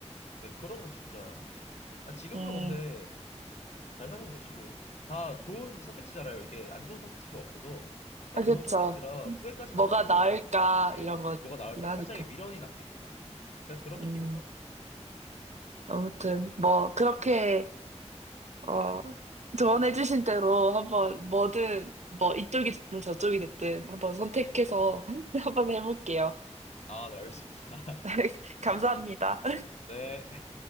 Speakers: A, on the left; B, on the right.
A: 네, 그러면 진짜, 아, 지금도
B: 음,
A: 근데 잘 살고 계시고, 다 좋은 선택지잖아요. 이게 안 좋은 선택지가 없어서, 다
B: 아,
A: 좋은
B: 그쵸.
A: 선택지라 후회까지는
B: 뭐가
A: 안 하고,
B: 나을까,
A: 약간, 예,
B: 이런 거긴
A: 뭐가 나올까,
B: 하니까.
A: 살짝의 미련이 남겠죠, 나중에. 그냥 그런
B: 음,
A: 느낌일 것 같아요.
B: 아무튼, 뭐, 그렇게, 어, 조언해주신 대로 한번 뭐든, 뭐, 이쪽이 됐든 저쪽이 됐든 한번 선택해서 <laughs> 한번 해볼게요.
A: 아, 네, 알겠습니다. <laughs>
B: <laughs> 감사합니다.
A: 네.